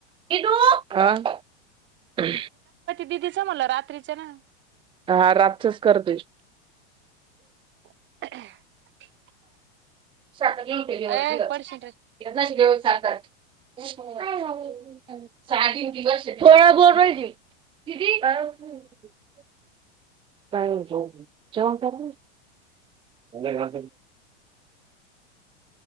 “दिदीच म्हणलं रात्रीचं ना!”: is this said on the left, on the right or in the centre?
Right